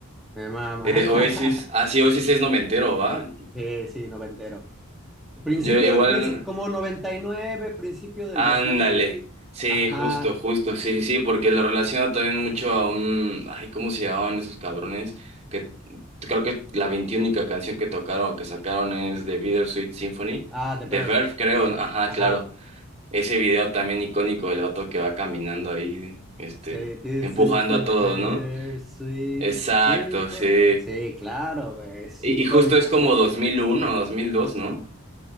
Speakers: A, in the centre; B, on the right (about 30°).
A: me mama.
B: Eh,
A: <laughs>
B: Oasis, ah, sí, Oasis es no me entero, ¿va?
A: Sí, sí, noventero. Principio,
B: Yo igual,
A: princi- como noventa y nueve principio del
B: ándale.
A: dos mil
B: Sí,
A: ajá,
B: justo, justo, sí, sí, sí, porque lo relaciono también mucho a un, ay, ¿cómo se llamaban esos cabrones? Que creo que la veintiúnica canción que tocaron o que sacaron es The Bittersweet Symphony,
A: ah, The
B: de
A: Verb,
B: Verve, creo, ajá,
A: ajá.
B: claro. Ese video también icónico del vato que va caminando ahí, este,
A: Sí, this
B: empujando
A: is the
B: a todos,
A: better
B: ¿no?
A: sweet
B: Exacto,
A: symphony.
B: sí.
A: Sí, claro, güey, es
B: Y,
A: icónico.
B: y justo es como 2001 o 2002, ¿no?